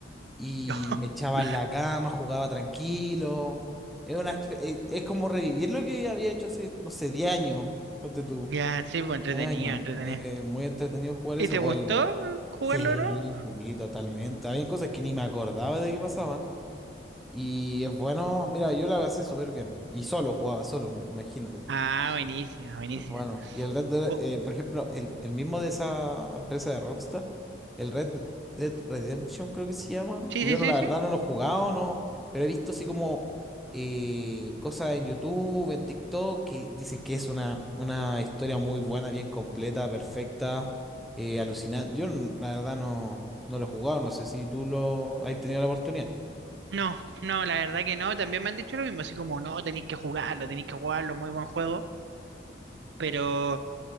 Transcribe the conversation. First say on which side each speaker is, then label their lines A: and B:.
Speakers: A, in the centre; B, on the right (about 70°).
A: Y
B: Yo, <laughs>
A: me echaba en la cama, jugaba tranquilo. Es una, exp- es es como revivir lo que había hecho hace, no sé, 10 años. Ponte tú,
B: ya, sí, pues entretenido,
A: 9 años.
B: entretenido.
A: Eh, muy entretenido jugar
B: ¿Y
A: eso.
B: te gustó
A: O al
B: jugarlo,
A: Sí,
B: no?
A: sí, totalmente. Había cosas que ni me acordaba de que pasaban. Y es bueno, mira, yo la pasé súper bien. Y solo jugaba, solo, imagínate.
B: Ah, buenísima, buenísima.
A: Bueno, y el Red Dead,
B: Oh,
A: eh, por ejemplo, el, el mismo de esa empresa de Rockstar, el Red Dead Redemption creo que se llama,
B: sí,
A: que
B: sí,
A: yo no,
B: sí,
A: la verdad
B: sí.
A: no lo he jugado, no, pero he visto así como eh, cosas en YouTube, en TikTok, que dicen que es una, una historia muy buena, bien completa, perfecta, eh, alucinante. Yo n- la verdad no, no lo he jugado, no sé si tú lo has tenido la oportunidad.
B: No, no, la verdad que no. También me han dicho lo mismo, así como, no, tenéis que jugarlo, tenéis que jugarlo, muy buen juego. Pero